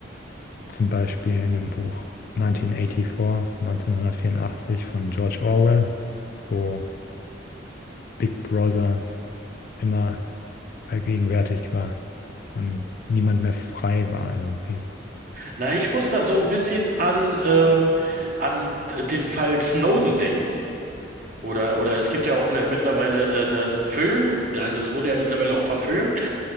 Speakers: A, on the left; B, on the right.
A: zum Beispiel in dem Buch 1984, 1984 von George Orwell, wo Big Brother immer allgegenwärtig war und niemand mehr frei war irgendwie.
B: Na, ich muss da so ein bisschen an, ähm, an den Fall Snowden denken. Oder, oder es gibt ja auch eine, mittlerweile äh, einen Film, also das wurde ja mittlerweile auch verfilmt.